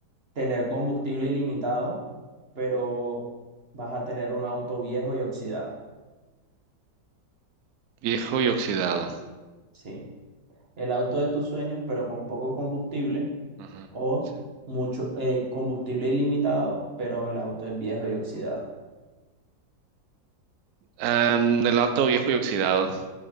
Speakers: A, on the right; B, on the right.
A: tener combustible ilimitado, pero vas a tener un auto viejo y oxidado?
B: viejo y oxidado.
A: Sí. El auto de tus sueños, pero con poco combustible.
B: Ajá,
A: ¿O
B: sí.
A: mucho eh, combustible ilimitado, pero el auto es viejo y oxidado?
B: Am, el auto viejo y oxidado.